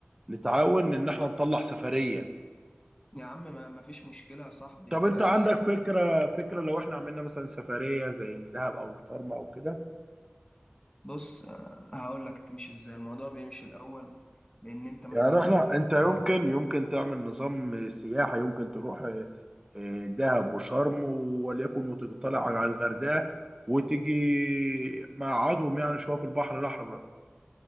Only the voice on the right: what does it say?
نتعاون ان احنا نطلع سفريه
طب انت
عندك فكره فكره لو احنا عملنا مثلا سفريه زي الدهب او الشرم او كده
يعني احنا
انت يمكن يمكن تعمل نظام سياحة يمكن تروح اه، اه، دهب وشرم وليكن وتطلع على الغردقة وتيجي مقعدهم يعني شوية في البحر الأحمر